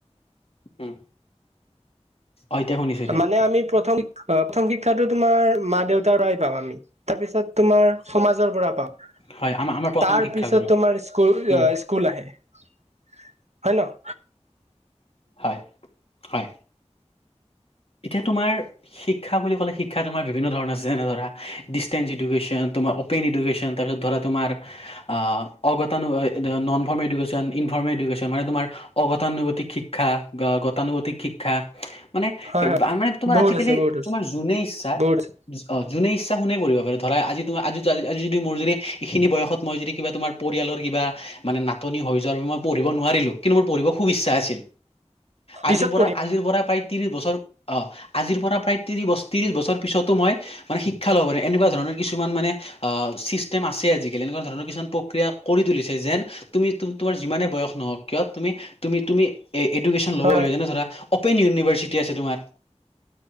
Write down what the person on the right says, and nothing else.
মানে আমি প্ৰথম অ প্ৰথম শিক্ষাটো তোমাৰ মা দেউতাৰ পৰাই পাম আমি তাৰপিছত তোমাৰ সমাজৰ পৰা পাওঁ
তাৰ
পিছত তোমাৰ স্কুল
স্কুল আহে হয় ন
হয় হয়
বহুত
আছে বহুত আছে
বহুত আছে
পিছত
পঢ়িম
হয়
হয়